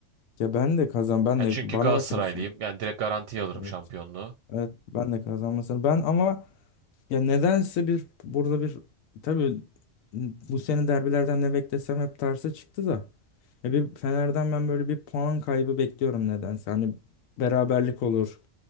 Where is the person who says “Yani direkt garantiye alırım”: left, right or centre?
Right